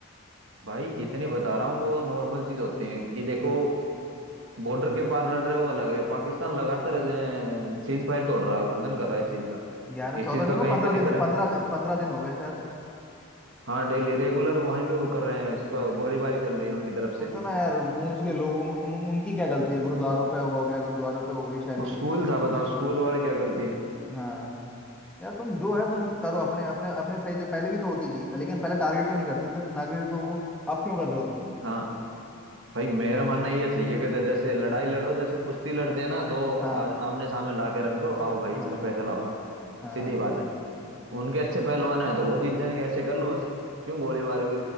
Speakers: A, on the right (about 65°); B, in the centre.
A: भाई इतनी बता रहा हूँ वो नॉर्मल चीज होती है कि देखो बॉर्डर के पार लड़ रहे वो अलग है पाकिस्तान लगातार सीज फायर तोड़ रहा है उल्लंघन कर रहा है इस चीज का
B: ग्यारह
A: इस
B: चौदह
A: चीज का
B: दिन हो
A: कहीं
B: पंद्रह
A: पे दिख
B: दिन हो
A: रहा है
B: पंद्रह पंद्रह दिन हो गए शायद
A: हाँ डेली रेगुलर वहीं पे वो कर रहे हैं इसका गोलीबारी चल रही है उनकी तरफ
B: सोचो
A: से
B: ना यार पूंछ के लोगों उन, उनकी क्या गलती है गुरुद्वारों पे हो गया गुरुद्वारों पे हो गई शैलिंग
A: वो स्कूल था बताओ स्कूल वाले क्या गलती है
B: हाँ यार तुम जो है तुम करो अपने अपने अपने सही जगह पहले भी तो होती थी लेकिन पहले टारगेट तो नहीं करते थे नागरिक तो वो अब क्यों कर रहे हो तुम
A: हाँ भाई मेरा मानना ये सही है कि जैसे लड़ाई लड़ो जैसे कुश्ती लड़ते हैं ना दो आ-
B: हाँ
A: आमने सामने ला के रख दो आओ भाई इसमें
B: हाँ
A: फैसला होगा
B: हाँ
A: सीधी बात है उनके अच्छे पहलवान हैं तो वो जीत जाएंगे ऐसे कर लो बस क्यों गोलीबारी